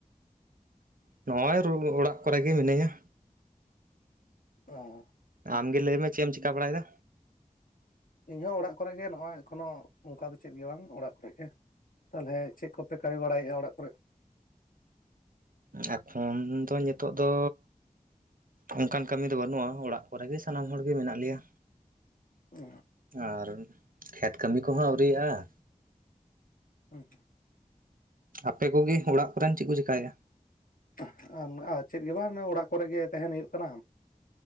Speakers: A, on the right; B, on the left.
A: ᱱᱚᱜᱼᱚᱭ ᱚᱲᱟᱜ ᱠᱚᱨᱮ ᱜᱮ ᱢᱤᱱᱟᱹᱧᱟ᱾
B: ᱚ᱾
A: ᱟᱢᱜᱮ ᱞᱟᱹᱭᱢ ᱢᱮ ᱪᱮᱫ ᱮᱢ ᱪᱤᱠᱟ ᱵᱟᱲᱟᱭᱮᱫᱟ?
B: ᱤᱧ ᱦᱚᱸ ᱚᱲᱟᱜ ᱠᱚᱨᱮ ᱜᱮ ᱱᱚᱜᱚᱭ ᱮᱠᱷᱚᱱᱚ ᱚᱱᱠᱟ ᱫᱚ ᱪᱮᱫ ᱜᱮ ᱵᱟᱝ ᱚᱲᱟᱜ ᱠᱚᱨᱮ ᱜᱮ᱾ ᱛᱟᱦᱚᱞᱮ ᱪᱮᱫ ᱠᱚᱯᱮ ᱠᱟᱹᱢᱤ ᱵᱟᱲᱟᱭᱮᱫᱼᱟ ᱚᱲᱟᱜ ᱠᱚᱨᱮ?
A: ᱮᱠᱷᱚᱱ ᱫᱚ ᱧᱤᱛᱚᱜ ᱫᱚ ᱚᱱᱠᱟᱱ ᱠᱟᱹᱢᱤ ᱫᱚ ᱵᱟᱹᱱᱩᱜᱼᱟ, ᱚᱲᱟᱜ ᱠᱚᱨᱮᱜ ᱜᱮ ᱥᱟᱱᱟᱢ ᱦᱚᱲᱜᱮ ᱢᱮᱱᱟᱜ ᱞᱮᱭᱟ᱾
B: ᱚ᱾
A: ᱟᱨ ᱠᱷᱮᱛ ᱠᱟᱹᱢᱤ ᱠᱚᱦᱚᱸ ᱟᱹᱣᱨᱤᱭᱟᱜᱼᱟ᱾
B: ᱦᱩᱸ᱾
A: ᱟᱯᱮ ᱠᱚᱜᱮ ᱚᱲᱟᱜ ᱠᱚᱨᱮᱱ ᱪᱮᱫ ᱠᱚ ᱪᱮᱠᱟᱭᱟᱜᱼᱟ?
B: ᱟᱦ ᱟᱢ ᱪᱮᱫ ᱜᱮ ᱵᱟᱝ ᱚᱲᱟᱜ ᱠᱚᱨᱮ ᱜᱮ ᱛᱟᱸᱦᱮᱱ ᱦᱩᱭᱩᱜ ᱠᱟᱱᱟ᱾